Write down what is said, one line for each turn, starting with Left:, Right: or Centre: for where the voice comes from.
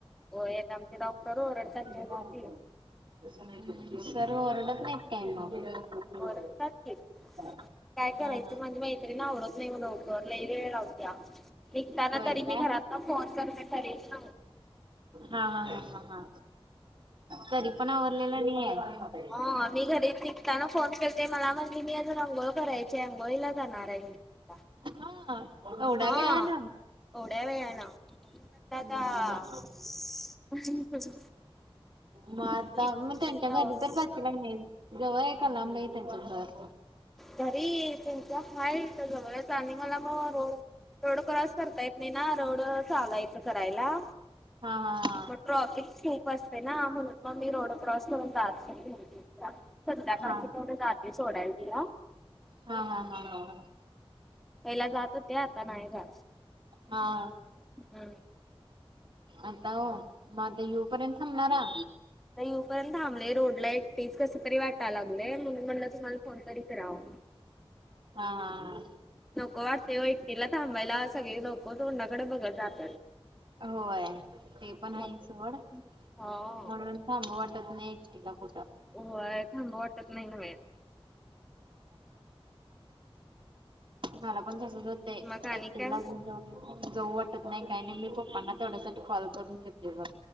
Centre: होय आता आमचे डॉक्टर ओरडतात
Right: <unintelligible>
Centre: तेव्हा ती
Right: हम्म सर ओरडत नाहीत? <unintelligible>
Centre: ओरडतात की काय करायचं
Right: हा हा.
Centre: माजी मैत्रीण आवरत नाही लवकर लई वेळ लावत्या. निघताना
Right: होय
Centre: तरी मी
Right: काय?
Centre: घरातनं फोन करते तरीबी
Right: हा हा हा हा हा. तरी पण आवरलेल नाहीये.
Centre: हा मी घरी निघताना फोन कलते मला म्हणली मी अजून अंघोळ करायची आंघोळीला जाणार आहे. म्हण
Right: हा एवढा
Centre: हा
Right: वेळान
Centre: एवढ्या वेळानं म्हणून म्हटल
Right: हम्म.
Centre: आता <unintelligible>
Right: मग आता
Centre: आणि
Right: मग
Centre: म्हटलं
Right: त्यांच्या घरी
Centre: आवरून
Right: तर जाचीला काय नाही जवळ आहे का लांब आहे त्यांच घर?
Centre: घरी त्यांच्या हाय इथं जवळच आणि मला म रोड रोड क्रॉस करता येत नाही ना रोड चालू हाय इथं करायला
Right: हा हा.
Centre: मग ट्रॉफिक खूप असते ना म्हणून मग मी रोड क्रॉस करून जात नाही. संध्याकाळचे
Right: हा
Centre: तेवढं जाते सोडायला तिला.
Right: हा हा हा हा हा.
Centre: पहिला जात होते आता नाही जात.
Right: हा.
Centre: हम्म.
Right: आता म आता यु पर्यंत थांबणारा?
Centre: आता येऊपर्यंत थांबले रोडला एकटीच कस तरी वाटाय लागलेय म्हणून म्हटलं तुम्हाला फोन तरी कराव.
Right: हा हा हा.
Centre: नको वाटते ओ एकटीला थांबायला सगळे लोकं तोंडाकडे बघत जात.
Right: होय ते पण
Centre: मग
Right: आहे सोड
Centre: हो
Right: म्हणून ांब वाटत नाहीक्स्टला फोटं
Centre: हो थांब वाटत नाही नव
Right: मला पण तसं म ते
Centre: मग आणि
Right: एकटलाग
Centre: काय
Right: जाऊ वाटत नाही काही नाही मी पप्पांना तेवढ्यासाठी कॉल करून घेतले ब.